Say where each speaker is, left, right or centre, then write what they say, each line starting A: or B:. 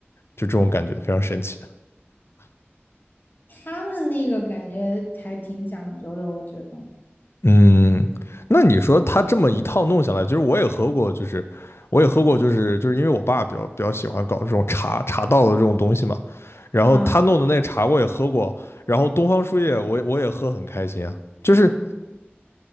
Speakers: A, on the left (about 70°); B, on the left (about 50°).
A: 就这种感觉，非常神奇。
B: 他们那个感觉还挺讲究的，我觉得。
A: 嗯，那你说他这么一套弄下来，其实我也喝过，就是我也喝过，就是就是因为我爸比较比较喜欢搞这种茶茶道的这种东西嘛，然后他弄的那茶我也喝过，
B: 啊，
A: 然后东方树叶我我也喝很开心啊。就是